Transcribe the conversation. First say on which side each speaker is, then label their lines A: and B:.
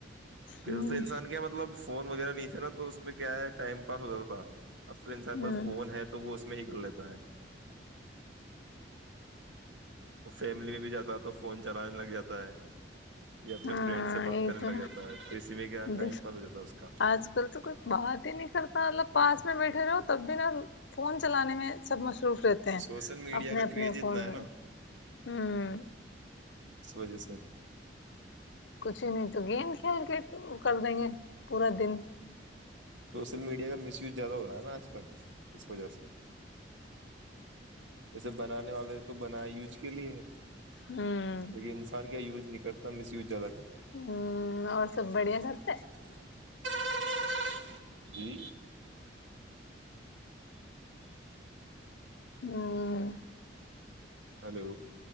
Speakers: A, on the right (about 85°); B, on the left (about 75°).
A: پھر
B: ہ
A: تو انسان کیا مطلب فون وغیرہ نہیں تھاے نا تو اس میں کیا ہے ٹائم پاس ہو جاتا تھا اب تو انسان
B: ہ
A: بس فون ہے تو وہ میں ہی کر لیتا ہے وہ فیملی میں بھی جاتا ہے تو فون چلانے لگ جاتا ہے یا اپنے
B: ہاں
A: فرینڈ سے بات
B: یہی
A: کرنے
B: تو
A: لگ جاتا ہے تو اسی میں کیا ٹائم
B: د
A: پاس ہو جاتا ہے اس کا
B: آج کل تو کوئی بات ہی نہیں کرتا ملب پاس میں بیٹھے رہو تب بھی نا فون چلانے میں سب مصروف رہتے ہیں
A: سوشل میڈیا
B: اپنے
A: کا
B: اپنے
A: کریز
B: فون
A: اتنا ہے
B: میں
A: نا
B: ہ
A: سو جی سر
B: کچھ بھی نہیں تو گ ک کے کر دیں گے پورا دن
A: مڈیا کا مس وز زیاہ ہوا ن سر اس وجہ سے جیسے بنانے والے تو بنائے یوج کے لیے ہے
B: ہوں
A: لیک انسان کیا یوج کرتا مس وز زیادہ
B: ہوں اور سب
A: <unintelligible>
B: بڑھیا گھر پہ
A: جی
B: ہوں
A: ہلو